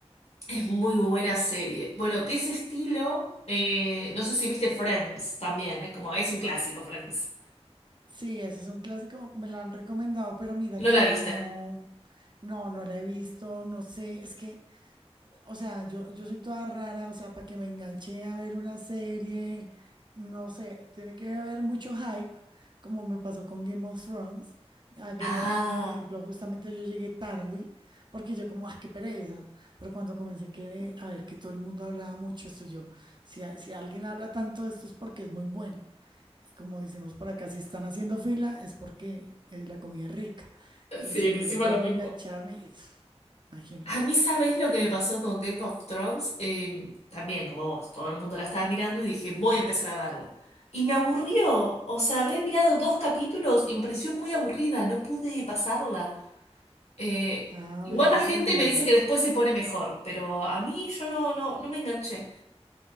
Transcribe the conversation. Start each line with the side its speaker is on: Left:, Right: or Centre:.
Left: es muy buena serie. Bueno, de ese estilo, eh, no sé si viste Friends también, es como, es un clásico Friends.
Right: Sí, ese es un clásico, me lo han recomendado, pero mira
Left: ¿No
Right: que
Left: la viste?
Right: no, no, no la he visto, no sé, es que O sea, yo, yo soy toda rara, o sea, para que me enganché a ver una serie, no sé, tiene que haber mucho hype, como me pasó con Game of Thrones. A Game
Left: Ah,
Right: of Thrones, por ejemplo, justamente yo llegué tarde, porque yo como, ah, qué pereza. Pero cuando comencé que, a ver que todo el mundo hablaba mucho, esto yo, si, a- si alguien habla tanto de esto es porque es muy bueno. Como decimos por acá, si están haciendo fila es porque eh, la comida es rica. Y
Left: sí,
Right: se
Left: encima
Right: me dio por
Left: lo
Right: engancharme
Left: mismo.
Right: y pf, imagínate.
Left: A mí, ¿sabes lo que me pasó con Game of Thrones? Eh, también, como vos, todo el mundo la estaba mirando y dije, voy a empezar a verla. Y me aburrió, o sea, habré mirado dos capítulos y me pareció muy aburrida, no pude pasarla. Eh,
Right: Ah,
Left: igual
Right: vea
Left: la
Right: pues.
Left: gente me dice que después se pone mejor, pero a mí yo no, no, no me enganché.